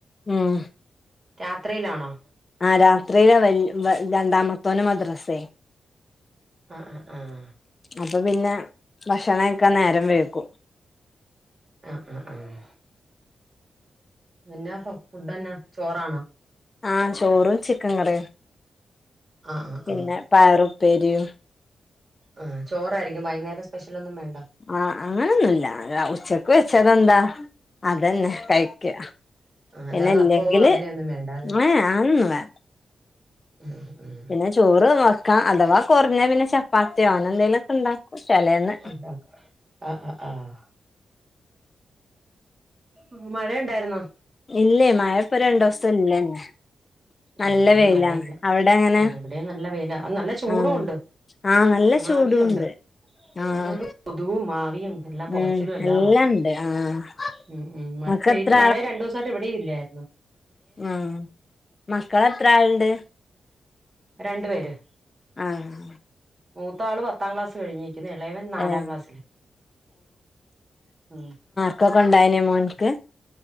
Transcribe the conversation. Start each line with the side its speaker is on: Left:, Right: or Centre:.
Left: ഉം
Right: രാത്രിയിലാണോ
Left: ആഹ് രാത്രിയിലാ വെൽ രണ്ടാമത്തോന് മദ്രസ്സേ
Right: ആഹ് ആഹ് ആഹ്
Left: അപ്പൊ പിന്നെ ഭക്ഷണം കഴിക്കാൻ നേരം വൈകും
Right: ആഹ് ആഹ് ആഹ് പിന്നാ ഫുഡ് എന്നാ ചോറാണോ
Left: ആഹ് ചോറും ചിക്കൻ കറിയും
Right: ആഹ് ആഹ്
Left: പിന്നെ
Right: ആഹ്
Left: പയറ് ഉപ്പേരിയും
Right: ആഹ് ചോറാരിക്കും വൈകുന്നേരം സ്പെഷ്യൽ ഒന്നും വേണ്ട
Left: ആഹ് അങ്ങനൊന്നും ഇല്ലാ ര ഉച്ചക്ക് വെച്ചതെന്താ അതെന്നെ കഴിക്കാ
Right: ആ
Left: പിന്നെ
Right: അല്ലാതെ
Left: ഇല്ലെങ്കില്
Right: അപ്പോ അങ്ങനെയൊന്നും വേണ്ട അല്ലെ
Left: ഏഹ് <unintelligible>
Right: ഉം ഉം
Left: പിന്നെ ചോറ് വക്കാ അഥവാ കൊറഞ്ഞാ പിന്നെ ച പ്പാത്തിയോ അങ്ങ നെ എന്തേലൊക്കെ ഒണ്ടാക്കും ചേലെന്നു
Right: ഉണ്ടാക്കാം ആഹ് ആഹ് ആഹ് ഉം മഴ ഒണ്ടായിരുന്നോ
Left: ഇല്ലേ മഴപ്പ രണ്ട് ദിവസത്തേന് ഇല്ലന്നെ <unintelligible> നല്ല
Right: ആ ഇവിടെയും
Left: വെയിലാണ്
Right: മഴയില്ല
Left: അവിടെ എങ്ങനെ
Right: ആ ഇവിടേം നല്ലവെയിലാ അത് നല്ല ചൂടും
Left: ആഹ്
Right: ഒണ്ട്
Left: ആഹ് നല്ല ചൂടുണ്ട്
Right: ആവിയും ഒണ്ട് <unintelligible>
Left: ആഹ്
Right: കൊതുകും ആവിയും എല്ലാം പോകച്ചിലും
Left: ഉം
Right: എല്ലാവാ
Left: എല്ലാണ്ട് ആഹ്
Right: ഉം ഉം മഴ
Left: ഇങ്ങക്ക്
Right: പെയ്ത്
Left: എത്ര
Right: മഴ രണ്ടു ദിവസായിട്ട് ഇവിടെയും ഇല്ലാരുന്നു
Left: ഉം മക്കളെത്ര ആളൊണ്ട്
Right: രണ്ടുപേര്
Left: ആ
Right: മൂത്തയാള് പത്താം ക്ലാസ്സ് കഴിഞ്ഞുനിക്കുന്നു എളയവൻ നാലാംക്ലാസ്സില്
Left: ഏഹ്
Right: ഉം
Left: ക്കൊക്കെയൊണ്ടായേനേ മോൻക്ക്